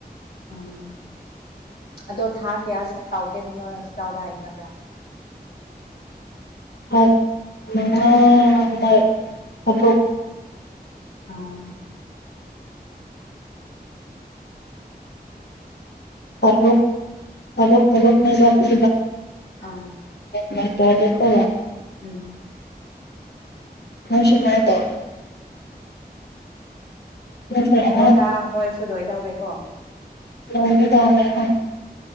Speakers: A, on the left; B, on the left.
A: ꯎꯝ ꯑꯗꯣ ꯊꯥ ꯀꯌꯥ ꯇꯥꯎꯒꯦꯅ ꯅꯣꯏ ꯍꯣꯁꯄꯤꯇꯥꯜꯗ ꯍꯥꯏꯇꯕ꯭ꯔꯥ
B: ꯍꯥ ꯅꯅ ꯃꯥꯏ ꯍꯥꯔꯄ
A: ꯑꯥ
B: ꯄꯣꯛ ꯄꯊꯣꯛ ꯊꯊꯣꯛ ꯉꯥꯏꯕ ꯄꯤ
A: ꯑ
B: ꯃ ꯇꯗꯦ ꯀ
A: ꯎꯝ
B: ꯃꯣꯏ ꯁꯃꯥꯏ ꯇꯦ ꯁꯦꯃꯤꯁꯇꯔ ꯑꯃ
A: ꯍꯣꯗꯥ ꯍꯣꯏ ꯁꯨꯗꯣꯏ ꯇꯧꯔꯦꯀꯣ
B: ꯂ ꯇ